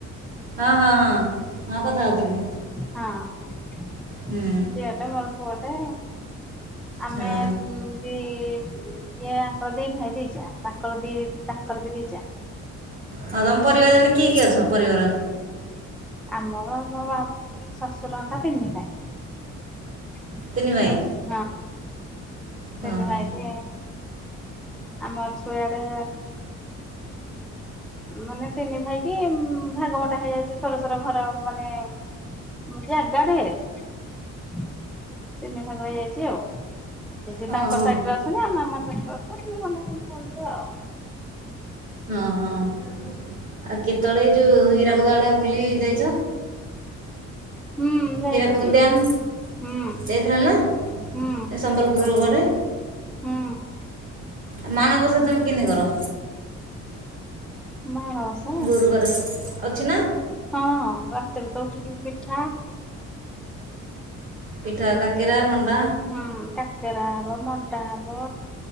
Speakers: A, on the right (about 45°); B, in the centre.
A: ହଁ ହଁ ହଁ ହଁ କଥା ହଉଥିଲି।
B: ହଁ
A: ହୁଁ
B: ଝିଅଟେ ମୋର ପୁଅଟେ। ଆମେ
A: ହଁ
B: ଏ ଇଏ ପ୍ରଦୀପ ହେରିଜା। ତାଙ୍କର ଦି ତାଙ୍କର ବି ଦିଇଯା।
A: ହ ତମ ପରିବାର <unintelligible> କି କି ଅଛ ପରିବାର?
B: ଆମର ମୋ ଶଶୁର ହେଇକା ତିନି ଭାଇ।
A: ତିନି ଭାଇ
B: ଆ <unintelligible>
A: ହଁ
B: ତିନି
A: ହଁ
B: ଭାଇକି ଆମର ସବୁ ଇଆଡେ ମାନେ ତିନି ଭାଇ କି ଭାଗମଟ ବଣ୍ଟା ହେଇଯାଇଚି ସର ସର ଘର ମାନେ ମୁଁ ଜାଗାରେ ତିନି ଭାଗ ହେଇଯାଇଚି ଆଉ। ସେ ସେ
A: ହଁ
B: ତାଙ୍କ
A: ହଁ
B: ସାଇଟି ରେ ଅଛନ୍ତି ଆମ ଆମ ସାଇଡି <unintelligible> ମନ ଭଛୁ ଆଉ।
A: ହଁ ହଁ। ଆଉ କେତେବେଳେ ଏ ଯୋଉ ହୀରାକୁଦ ଆଡେ ବୁଲି ଯାଇଚ?
B: ହୁଁ ଯାଇଥିଲି
A: ହୀରାକୁଦୁ ଡ୍ୟାମ୍।
B: ହୁଁ
A: ଯାଇଥିଲା ନା
B: ହୁଁ
A: ଏ ସମ୍ବଲପୁର ଗଡ଼େ?
B: ହୁଁ
A: ଆ ମାଣବସା ତମେ କେନ୍ତି କର?
B: ମାଣବସା
A: ଗୁରୁବାର ଅଛି ନା?
B: ହଁ ରାତିରୁ ତ ଉଠିକି ପିଠା।
A: ପିଠା କାକେରା ମଣ୍ଡା।
B: ହଁ କାକେରା ହବ ମଣ୍ଡା ହବ